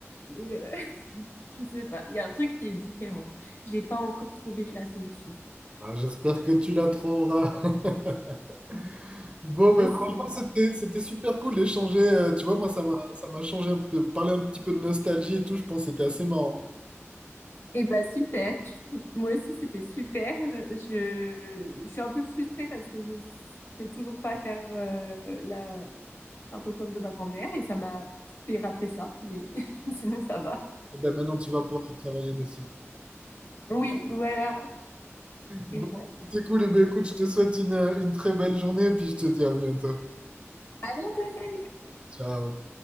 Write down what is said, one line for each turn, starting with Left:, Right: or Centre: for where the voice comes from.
Left: Mais euh, <laughs> je sais pas. Il y a un truc qui est différent. J'ai pas encore trouvé la solution.
Right: Bah, j'espère que tu la trouveras. <laughs> Bon, mais
Left: Aussi.
Right: franchement, c'était, c'était super cool d'échanger. euh, tu vois, moi, ça m'a, ça m'a changé un peu. Parler un petit peu de nostalgie et tout, je pense que c'était assez marrant.
Left: Eh ben super. <laughs> Je- Moi aussi c'était super. Je, je suis un peu frustrée parce que je sais toujours pas faire euh, la tarte aux pommes de ma grand-mère et ça m'a fait rappeler ça, mais <laughs> sinon ça va.
Right: Et ben, maintenant, tu vas pouvoir y travailler dessus.
Left: Oui, voilà.
Right: Bon,
Left: Et ben,
Right: c'était cool. Et ben, écoute, je te souhaite une, une très belle journée et puis je te dis à bientôt.
Left: à bientôt, salut!
Right: Ciao.